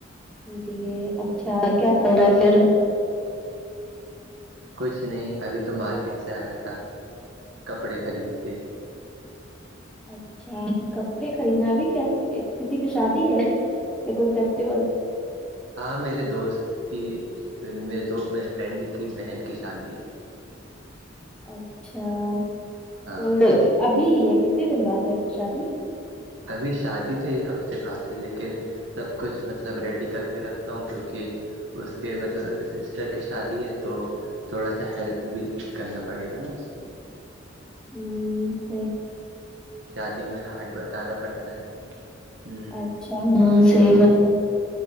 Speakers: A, in the centre; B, on the right (about 70°).
A: جی اچھا کیا چل رہا ہے پھر
B: کچھ نہیں ابھی تو مارکیٹ سے آیا تھا کپڑے خرید کے
A: اچھا کپڑے خریدنا بھی کیا کسی کی شادی ہے یا کوئی فیسٹیول
B: ہاں میرے دوست کی میرے دو میرے فرینڈ کی بہن کی شادی ہے
A: اچھا
B: ہاں
A: تو یہ ابھی ہے کتنے دن بعد ہے شادی
B: ابھی شادی تو ایک ہفتے بعد ہے لیکن سب کچھ مطلب ریڈی کر کے رکھتا ہوں کیونکہ اس کے مطلب سسٹر کی شادی ہے تو تھوڑا سا ہیلپ بھی کرنا پڑے گا نا اس کی
A: ہوں چ
B: شادی میں ہاتھ بٹانا پڑتا ہے ہ
A: اچھا ہاں صحیح بات ہے